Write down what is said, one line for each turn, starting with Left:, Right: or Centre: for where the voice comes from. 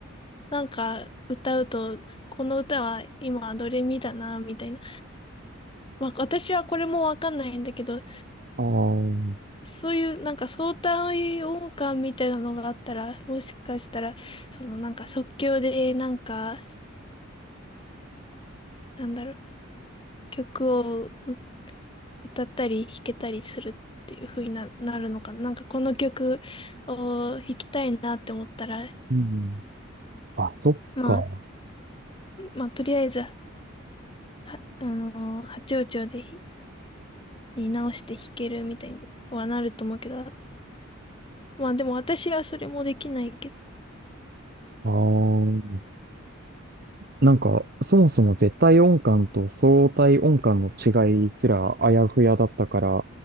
Left: なんか歌うと、この歌は今ドレミだな、みたいな。まあ私はこれもわかんないんだけど、
Right: ああ、
Left: そういうなんか相対音感みたいなのがあったら、もしかしたら、そのなんか即興でなんか、なんだろう、曲をう歌ったり弾けたりするっていう風にな、なるのかな。なんかこの曲を弾きたいなって思ったら、
Right: うん。あ、そっか。
Left: まあ、まあとりあえず、は、あのー八王朝でひに直して弾けるみたいにはなると思うけど、まあでも私はそれもできないけど、
Right: ああ、なんかそもそも絶対音感と相対音感の違いすらあやふやだったから、